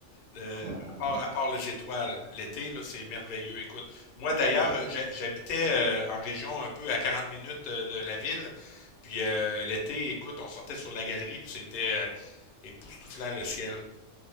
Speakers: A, on the left (about 55°); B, on the right (about 70°).
A: de-
B: Ah là là.
A: à, part, à part les étoiles. L'été, là, c'est merveilleux. Écoute, moi
B: Donc
A: d'ailleurs,
B: tu vois très
A: euh,
B: bien.
A: j'ha- j'habitais euh, en région un peu à 40 minutes euh, de la ville. Puis euh, l'été, écoute, on sortait sur la galerie, puis c'était euh, époustouflant le ciel.